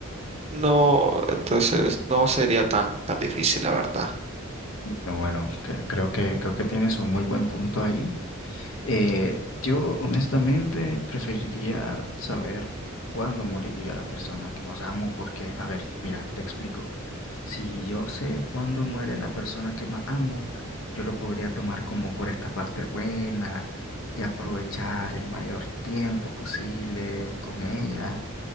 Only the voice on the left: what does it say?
Pero bueno, que- creo que, creo que tienes un muy buen punto ahí. Eh, yo honestamente preferiría saber cuándo moriría la persona que más amo, porque, a ver, mira, te explico. Si yo sé cuándo muere la persona que más amo, yo lo podría tomar como por esta parte buena y aprovechar el mayor tiempo posible con ella